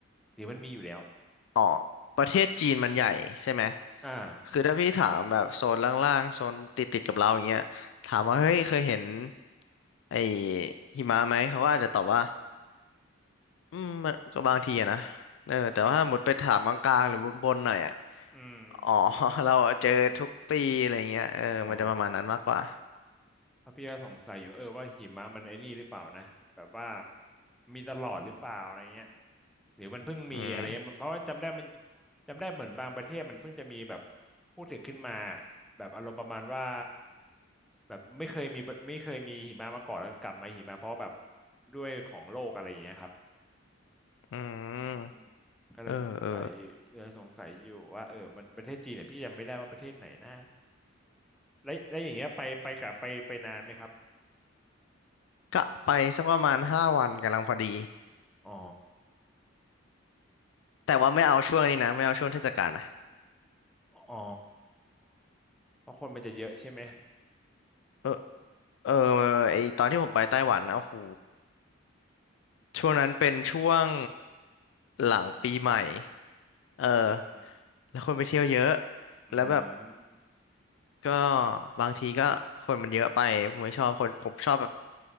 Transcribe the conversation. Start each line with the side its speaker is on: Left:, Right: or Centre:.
Centre: หรือมันมีอยู่แล้ว
Left: อ๋อประเทศจีนมันใหญ่ใช่ไหม
Centre: อ่า
Left: คือถ้าพี่ถามแบบโซนล่างๆโซนติดติดกับเราอย่างเงี้ยถามว่าเฮ้ยเคยเห็นไอ้หิมะไหมเขาก็อาจจะตอบว่าอืมมันก็บางทีอะนะเออแต่ว่าถ้าหมดไปถามกลางๆหรือบนๆหน่อยอะ
Centre: อืมอืม
Left: อ๋อ <laughs> เราเจอทุกปีอะไรเงี้ยเออมันจะประมาณนั้นมากกว่า
Centre: อ๋อเพราะพี่ก็สงสัยอยู่เออว่าหิมะมันไอ้นี่หรือเปล่านะแบบว่ามีตลอดหรือเปล่าอะไรเงี้ยหรือมันเพิ่งมีอะไรเงี้ยมันเพราะว่าจำได้มัน
Left: อืม
Centre: จำได้เหมือนบางประเทศมันเพิ่งจะมีแบบพูดถึงขึ้นมาแบบอารมณ์ประมาณว่าแบบไม่เคยมีไม่เคยมีหิมะมาก่อนแล้วก็กลับมาหิมะเพราะแบบด้วยของโลกอะไรอย่างเงี้ยครับ
Left: อืม
Centre: อืมก็เลยสงสัยเลยสงสัยอยู่ว่าเออมันประเทศจีนเนี่ยพี่ยังไม่ได้ว่าประเทศไหนนะ
Left: เออเออ
Centre: แล้วแล้วอย่างเงี้ยไปไปกับไปไปนานไหมครับ
Left: ก็ไปสักประมาณห้าวันกำลังพอดี
Centre: อ๋อ
Left: แต่ว่าไม่เอาช่วงนี้นะไม่เอาช่วงเทศกาลนะ
Centre: อ๋อเพราะคนมันจะเยอะใช่ไหม
Left: เออเออไอตอนที่ผมไปไต้หวันนะโอ้โหช่วงนั้นเป็นช่วงหลังปีใหม่เออ
Centre: อืม
Left: แล้วคนไปเที่ยวเยอะ
Centre: อื
Left: แล้วแบบ
Centre: ม
Left: ก็บางทีก็คนมันเยอะไปผมไม่ชอบคนผมชอบแบบ